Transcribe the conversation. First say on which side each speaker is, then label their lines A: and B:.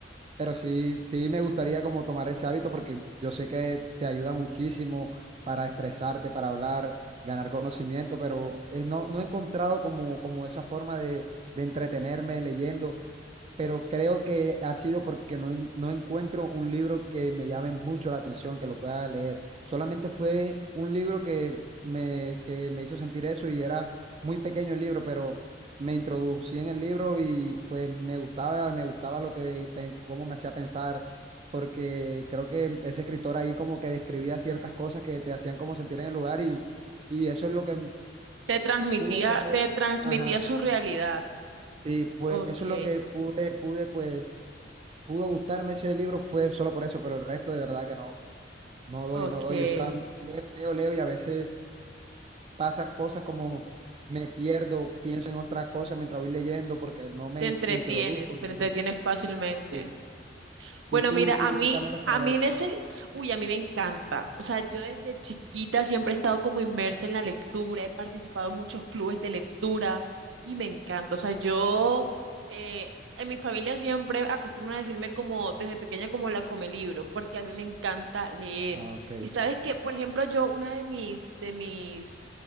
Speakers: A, on the right; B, on the right.
A: Pero sí, sí me gustaría como tomar ese hábito porque yo sé que te ayuda muchísimo para expresarte, para hablar, ganar conocimiento, pero eh, no, no he encontrado como, como esa forma de, de entretenerme leyendo pero creo que ha sido porque no, en- no encuentro un libro que me llame mucho la atención, que lo pueda leer. Solamente fue un libro que me, que me hizo sentir eso y era muy pequeño el libro, pero me introducí en el libro y pues me gustaba, me gustaba lo que, pe- cómo me hacía pensar, porque creo que ese escritor ahí como que describía ciertas cosas que te hacían como sentir en el lugar y, y eso es lo que
B: Te transmitía,
A: pude como,
B: te transmitía
A: ajá,
B: su realidad.
A: sí, pues
B: Ok,
A: eso es lo que pude, pude pues pudo gustarme ese libro fue solo por eso, pero el resto de verdad que no, no doy,
B: ok.
A: no doy. O sea, leo, leo, leo y a veces pasa cosas como me pierdo, pienso en otra cosa mientras voy leyendo porque no me
B: Te entretienes,
A: introduzco en
B: te
A: el
B: entretienes
A: libro.
B: fácilmente.
A: Sí.
B: Bueno,
A: ¿Y tú,
B: mira,
A: tú
B: a mí,
A: qué tal eres para
B: a
A: leer?
B: mí en ese, uy, a mí me encanta. O sea, yo desde chiquita siempre he estado como inmersa en la lectura, he participado en muchos clubes de lectura y me encanta. O sea, yo, eh, en mi familia siempre acostumbran a decirme como desde pequeña como la come libro, porque a mí me encanta leer.
A: Ah, ok.
B: Y sabes que, por ejemplo, yo una de mis, de mis